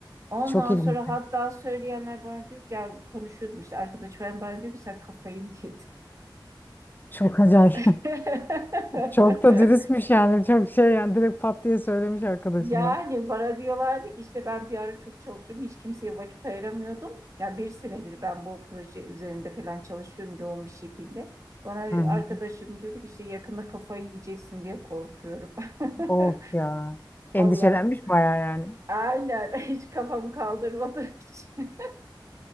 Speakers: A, on the right (about 40°); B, on the left (about 25°).
A: Ondan
B: Çok ilginç.
A: sonra hatta söyleyenler bana diyor ki gel konuşuyordum işte arkadaşım ben bana diyor ki sen kafayı mı yedin?
B: Çok acayip.
A: <laughs>
B: Çok da dürüstmüş yani. Çok şey yani direkt pat diye söylemiş arkadaşına.
A: Yani bana diyorlardı ki işte ben bir ara çok çalışıyorum hiç kimseye vakit ayıramıyordum. Ya bir senedir ben bu proje üzerinde falan çalışıyorum yoğun bir şekilde. Bana
B: Hı hı.
A: arkadaşım diyordu ki işte yakında kafayı yiyeceksin diye korkuyorum.
B: Of
A: <laughs>
B: ya.
A: Vallahi
B: Endişelenmiş bayağı yani.
A: aynen hiç kafamı kaldırmadığım için.